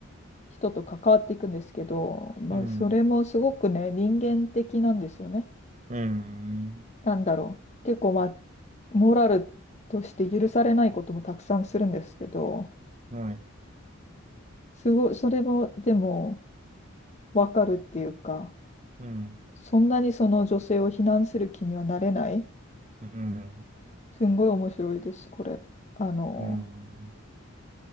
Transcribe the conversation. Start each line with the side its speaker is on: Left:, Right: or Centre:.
Left: 人と関わっていくんですけど、まあ、
Right: い、うん、
Left: それもすごくね、人間的なんですよね。
Right: うん、
Left: なんだろう。結構、まあ、モラルとして許されないこともたくさんするんですけど、
Right: はい、
Left: すごい、それも、でも、わかるっていうか、
Right: うん、
Left: そんなにその女性を非難する気にはなれない。
Right: うん、
Left: すんごい面白いです、これ。あの、
Right: うん、